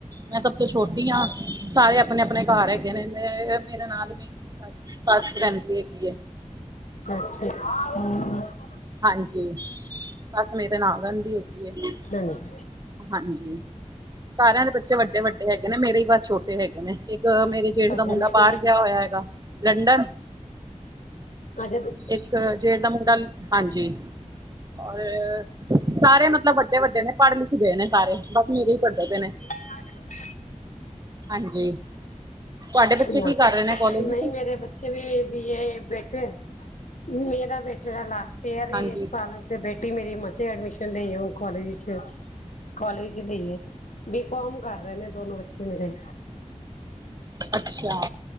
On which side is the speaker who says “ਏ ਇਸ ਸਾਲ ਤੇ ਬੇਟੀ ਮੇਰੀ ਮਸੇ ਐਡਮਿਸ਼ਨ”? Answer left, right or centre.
Left